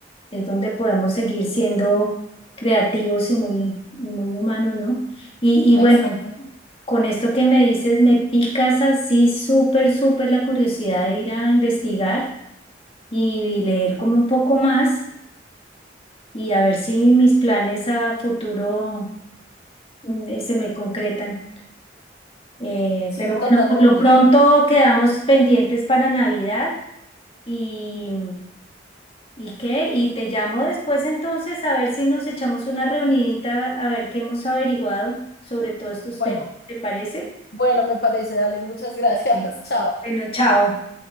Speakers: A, on the left (about 30°); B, on the left (about 60°).
A: es donde podemos seguir siendo creativos y muy, muy humanos, ¿no? Y, y bueno,
B: exacto,
A: con esto que me dices, me picas así súper, súper la curiosidad de ir a investigar y, y leer como un poco más y a ver si mis planes a futuro mm, se me concretan. Eh,
B: sí,
A: pero
B: totalmente.
A: bueno, por lo pronto quedamos pendientes para Navidad y, ¿y qué? Y te llamo después entonces a ver si nos echamos una reunidita a ver qué hemos averiguado sobre todos estos
B: Bueno,
A: temas. ¿Te parece?
B: bueno, me parece, dale, muchas gracias,
A: Sí.
B: <laughs> chao.
A: Bueno, chao.